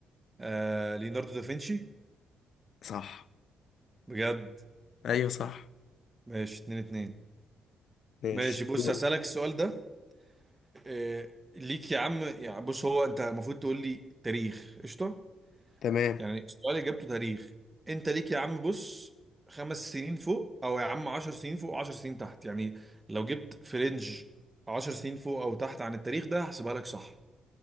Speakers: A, on the right; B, on the left.
A: آه ليوناردو دافنشي
B: صح
A: بجد
B: ايوه صح
A: ماشي اتنين اتنين
B: ماشي
A: ماشي بص
B: دوري
A: هسألك السؤال ده آه ليك يا عم يعني بص هو انت المفروض تقول لي تاريخ قشطة
B: تمام
A: يعني السؤال اجابته تاريخ انت ليك يا عم بص خمس سنين فوق او يا عم عشر سنين فوق وعشر سنين تحت يعني لو جبت في رينج عشر سنين فوق او تحت عن التاريخ ده هحسبها لك صح